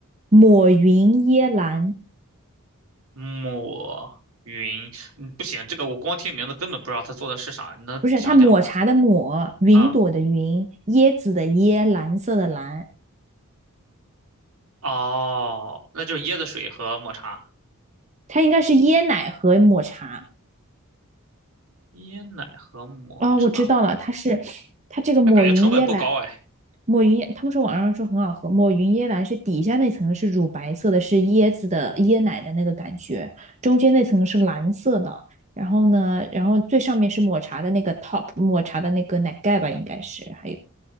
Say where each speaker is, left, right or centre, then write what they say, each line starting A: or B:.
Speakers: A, on the right; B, on the right.
A: 抹云椰蓝，
B: 抹云，嗯，不行，这个我光听名字根本不知道他做的是啥，你能讲讲吗？
A: 不是，他抹茶的抹，云朵的云，
B: 啊，
A: 椰子的椰，蓝色的蓝，
B: 哦，那就是椰子水和抹茶，
A: 它应该是椰奶和抹茶。
B: 椰奶和抹茶，
A: 啊，我知道了，它是它这个抹云椰蓝，
B: 那感觉成本不高哎。
A: 抹云，椰，他们说网上说很好喝，抹云椰蓝是底下那层是乳白色的，是椰子的椰奶的那个感觉，中间那层是蓝色的，然后呢，然后最上面是抹茶的那个 top，抹茶的那个奶盖吧，应该是，还有